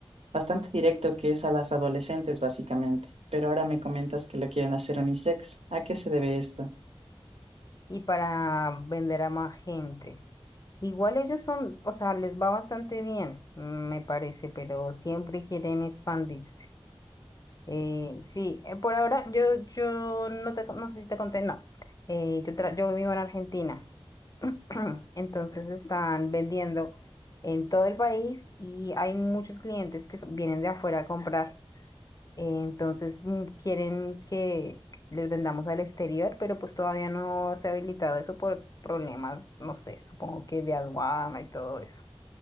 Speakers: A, on the right (about 80°); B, on the left (about 35°).
A: bastante directo que es a las adolescentes, básicamente. Pero ahora me comentas que lo quieren hacer unisex. ¿A qué se debe esto?
B: Y para vender a más gente. Igual ellos son, o sea, les va bastante bien, me parece, pero siempre quieren expandirse. Eh, sí, eh, por ahora yo, yo no te, no sé si te conté, no. Eh, yo, tra- yo vivo en Argentina. <clears throat> Entonces están vendiendo en todo el país y hay muchos clientes que son- vienen de afuera a comprar. Eh, Entonces mm, quieren que les vendamos al exterior, pero pues todavía no se ha habilitado eso por problemas, no sé, supongo que de aduana y todo eso.